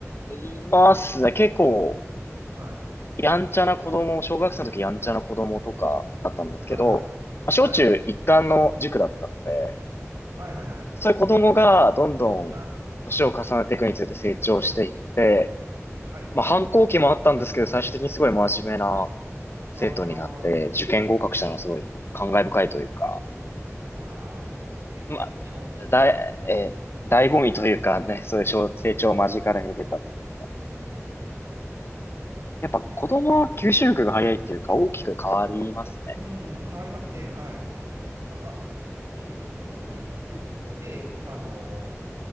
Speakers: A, on the left (about 50°); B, on the right (about 60°).
A: いますね。結構、
B: はい。
A: やんちゃな子供、小学生の時やんちゃな子供とかだったんですけど、
B: はいは
A: まあ、小中一貫の塾だったので、
B: い。はい。はいはいはいはい。
A: そういう子供がどんどん年を重ねていくにつれて成長していって、
B: な、はいはいはいなはい
A: まあ反抗期もあったんですけど、最終的にすごい真面目な
B: あ
A: 生徒になって、受験合格したのはすごい感慨深いというか、
B: ー、あ、ああー、大きいですね。
A: まあ、
B: 小中か。
A: だい、えー、醍醐味というかね、そういう小成長を間近で見てたっていう。
B: うん、そうですよね。
A: やっぱ子供は吸収力が早いっていうか大きく変わります
B: は、うん、変わりますね。はい。なんか、いいですよね。そういう意味で。で、であの